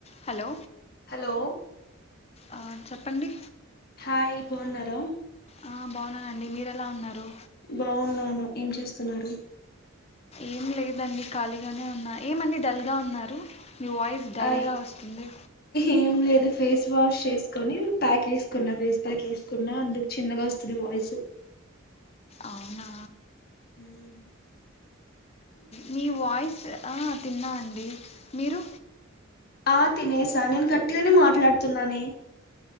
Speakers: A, on the left; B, on the left.
A: Hello
B: hello
A: ఆ చెప్పండి
B: hi బన్నార
A: ఆ బాగున్నానండి మీరెలా ఉన్నారు.
B: బావున్నాను ఏం చేస్తున్నారు
A: ఏం లేదండి ఖాళీగానే ఉన్నా ఏమండి డల్ గా ఉన్నారు. మీ వాయిస్ డల్గా
B: అయ్
A: ఒస్తుంది
B: ఏం లేదు ఫేస్ వాష్ చేస్కొని ప్యాక్ ఏస్కున్న ఫేస్ ప్యాక్ ఏస్కున్న అందుక్ చిన్నగా ఓస్తుంది వాయిస్
A: అవ్నా
B: హ్మ్
A: మీ వాయిస్ ఆ తిన్నా అండి మీరు
B: ఆ తినేస నేన్ గట్టిగనే మాట్లాడ్తున్నానే